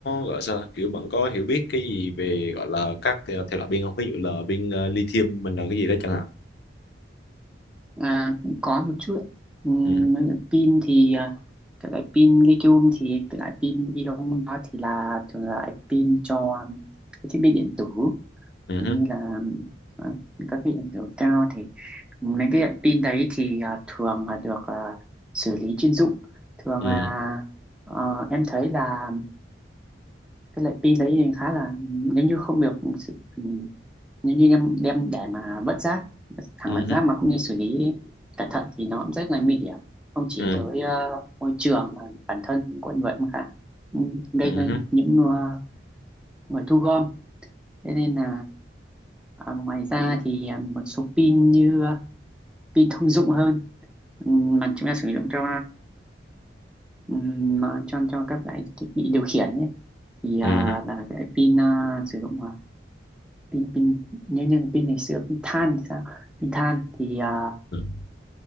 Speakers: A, on the left; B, in the centre.
A: gọi sao kiểu bạn có hiểu biết cái gì về gọi là các thể thể loại pin không? Ví dụ là pin ờ, lithium mình là cái gì đó chẳng
B: à, có một chút ạ. Ừm,
A: hạn.
B: pin thì ờ, cái loại pin lithium thì cái loại pin ion đó thì là thường là loại pin cho ừm, cái thiết bị điện tử
A: ừ
B: như là ờ, các cái hiện tượng cao thì mấy cái loại pin đấy thì à, thường là được à, xử lý chuyên dụng thường
A: ừ
B: là ờ, em thấy là cái loại pin đấy thì khá là nếu như không được sự- ừ, nếu như em đem để mà vứt rác thẳng
A: ừ
B: là rác
A: ừ
B: mà không như xử lý cẩn thận thì nó cũng rất là nguy hiểm không chỉ
A: ừ
B: tới ờ, môi trường mà bản thân con người cũng khá ừ, gây
A: ừ
B: ra những ờ, người thu gom thế nên là à, ngoài ra thì à, một số pin như à, pin thông dụng hơn ừm, mà chúng ta sử dụng cho ừm, mà cho cho các loại thiết bị điều khiển ấy. thì
A: ừ
B: à, là cái pin à, sử dụng à, pin pin như như pin ngày xưa pin than thì sao pin than thì à,
A: ừm,